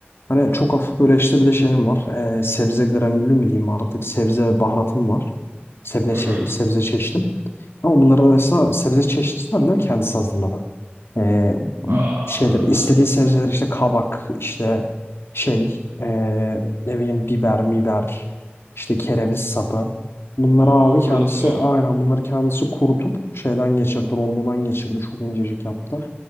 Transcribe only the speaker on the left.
Hani çok hafif böyle işte bir de şeyim var. E, sebze granülü mü diyeyim artık sebze baharatım var. Sebze, çe-
sebze çeşidim. Ama bunların arasında sebze çeşitlisinden de kendisi hazırladı. Ee,
şeyler istediği sebzeler işte kabak işte şey ee, ne bileyim biber miber işte kereviz sapı. Bunları
abi
kendisi aynen bunları kendisi kurutup şeyden geçirdi rondodan geçirdi çok incecik yaptı.